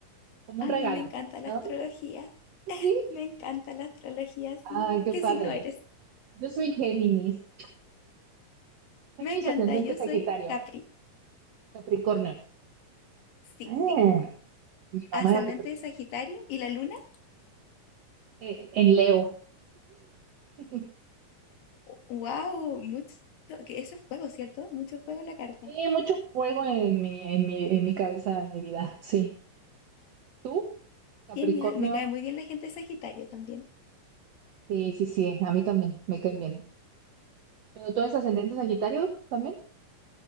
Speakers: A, on the right; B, on the left.
A: como
B: a
A: un regalo,
B: mí me encanta la
A: ¿no?
B: astrología,
A: <laughs> Sí.
B: me encanta la astrología, sí.
A: Ay, qué
B: ¿Qué
A: padre.
B: signo eres?
A: Yo soy Géminis. Géminis
B: Me encanta,
A: ascendente
B: yo
A: Sagitario.
B: soy Capri,
A: Capricornio.
B: sí.
A: Así Mm, mi mamá
B: Ascendente
A: era súper-
B: de Sagitario y la luna.
A: eh, en Leo. <laughs>
B: wow, mucho, que eso es fuego, ¿cierto? Mucho fuego en la carta.
A: Sí, mucho fuego en mi, en mi, en mi cabeza, en mi vida. Sí. ¿Tú? Capricornio.
B: Genial, me cae muy bien la gente de Sagitario también.
A: Sí, sí, sí. A mí también. Me caen bien. ¿Pero tú eres ascendente Sagitario también?